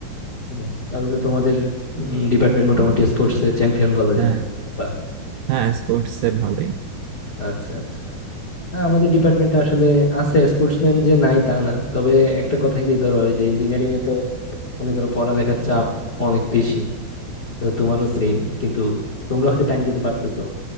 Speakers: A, on the left; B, on the right.
A: বাহ, তাহলে তো তোমাদের ডিপার্টমেন্ট মোটামুটি স্পোর্টস এ চ্যাম্পিয়ন বলা
B: হ্যাঁ
A: যায় বাহ,
B: হ্যাঁ স্পোর্টস এ ভালোই
A: আচ্ছা আচ্ছা না, আমাদের ডিপার্টমেন্টটা আসলে আছে স্পোর্টসম্যান যে নাই তা না তবে একটা কথা কি ধরো ওই যে ইঞ্জিনিয়ারিং এ তো মনে করো পড়ালেখার চাপ অনেক বেশি তো তোমারও সেম কিন্তু তোমরা হয়তো টাইম দিতে পারতেছো